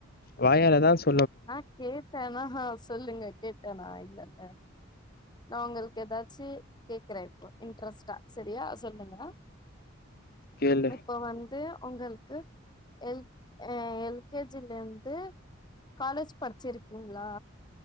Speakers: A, on the left (about 50°); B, on the left (about 20°).
A: வாயாலதா சொ
B: நா கேட்டேனா ஆ சொல்லுங்க கேட்டேனா இல்லல்ல நா உங்களுக் எதாச்சு கேக்கறே இப்ப இன்ட்ரெஸ்டா சரியா சொல்லுங்க
A: கேளு
B: இப்ப வந்து உங்கள்க்கு எல் அ எல் கே ஜி லர்ந்து காலேஜ் படிச்சிர்க்கிங்களா